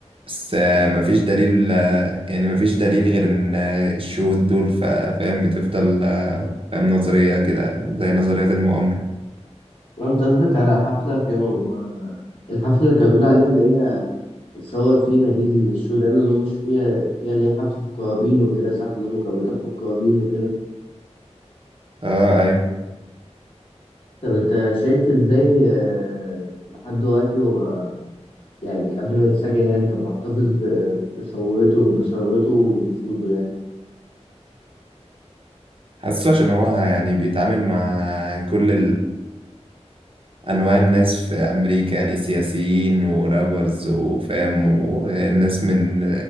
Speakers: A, on the right (about 50°); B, on the left (about 50°).
A: بس آه، مفيش دليل آه، يعني مفيش دليل غير إن آه، الشهود دول فا- فاهم بتفضل آه، فاهم نظرية كده زي نظرية المؤامرة
B: انت قصدك على حفلة كانوا آه، الحفلة اللي كانوا بيقولوا عليها اللي هي اتصور فيها دي اللي الشو ده اللي هم مش فيها فيها اللي هي حفلة قرابين وكده صح اللي هم كانوا بيضحوا بقرابين وكده
A: اه ايوه
B: طب انت شايف ازاي آه، لحد دلوقتي هو يعني قبل ما يتسجن يعني كان محتفظ ب- بثروته بثروته ونفوذه يعني
A: حاسه عشان هو يعني بيتعامل مع كل انواع الناس في امريكا يعني سياسيين ورابرز وفام وناس من